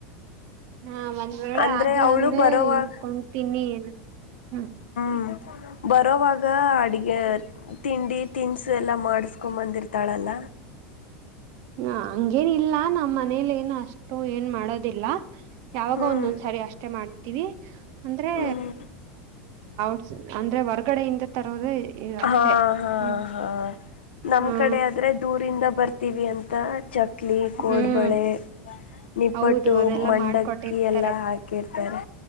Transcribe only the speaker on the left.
ಅಂದ್ರೆ
ಅವಳು
ಬರೋವಾಗ
ಹ್ಮ ಬರೋವಾಗ ಅಡಿಗೆ ತಿಂಡಿ ತಿನಿಸು ಎಲ್ಲ ಮಾಡಿಸ್ಕೊ್ಂಬಂದಿರ್ತಾಳಲ್ಲ
ಹ್ಮ್
ಹ್ಮ್
ಹಾ ಹಾ
ಹಾ ನಮ್
ಕಡೆ ಆದ್ರೆ ದೂರಿಂದ ಬರ್ತೀವಿ ಅಂತ ಚಕ್ಲಿ ಕೋಡ್ಬಳೆ
ನಿಪ್ಪಟ್ಟು
ಮಂಡಕ್ಕಿ
ಎಲ್ಲ ಹಾಕಿರ್ತಾರೆ